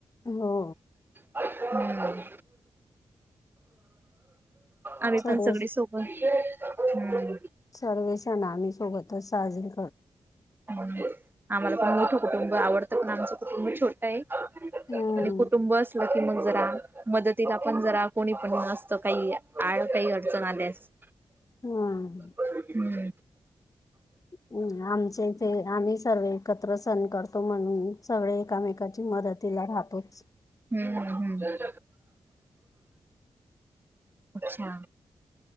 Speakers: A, on the left; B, on the right.
A: हो.
B: हम्म, आम्ही
A: सर्व
B: पण सगळे सोब बर हम्म
A: सर्वे सण आम्ही सोबत त साजरं
B: आम्हाला पण मोठं कुटुंब आवडतं पण आमचं कुटुंब छोटंय.
A: हम्म
B: आणि कुटुंबस सलं की मग जरा, मदतीला पण जरा कोणी पण असतं, काही आड काही अडचण आल्यास,,
A: हा.
B: हम्म.
A: हम्म, आमचे इथे आम्ही सर्व एकत्र सण करतो, म्हणून सगळे एकामेकाची मदत मदतीला राहतोच.
B: हम्म हम्म. अच्छा